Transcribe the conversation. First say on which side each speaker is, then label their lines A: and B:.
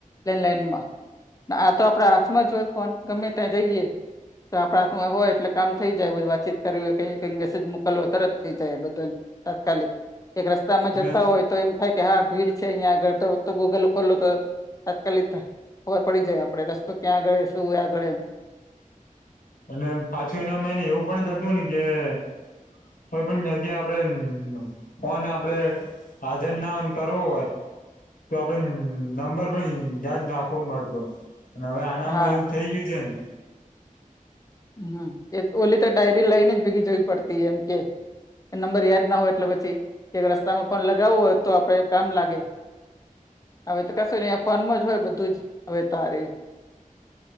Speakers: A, on the left (about 25°); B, on the left (about 80°).
A: લેન્ડલાઇનમાં આ તો આપણા હાથ મા જ હોયે ફોન ગમે ત્યાં જયે હા, મોબાઇલ હાથમાં હોય એટલે વાતચીત કરવી હોય કે મેસેજ મોકલવો હોય, બધું જ તરત થઈ જાય છે. તાત્કાલીન કંઈક રસ્તામાં જતા
B: અને
A: હોઈએ હા ભીડ છે આ આગળ તો ગુગલ ખોલો તો તાત્કાલિક ખબર પડી જાય આપણે રસ્તો ત્યાં આગળ શું સ
B: અને પાછુ એનામા આવું પણ થતું હોયે કે કો પણ જગ્યા આપડે ફોન આપડે હાજન નાન કરવું હોય તો આપડે નંબર પણ યાદ નાખવા મળતો અને હવે આનામાં
A: હા
B: એવું થઈ ગયું છે ને
A: હમ્મ એ ઓલી તો ડાયરી લઈને જ ભેગી જોવી પડતી એમ કે નંબર યાદ ના હોય એટલે પછી કે રસ્તામાં ફોન લગાવવો હોય તો આપણે કામ લાગે હવે તો કશું નને ફોનમાં જ હોય બધું જ હવે તારે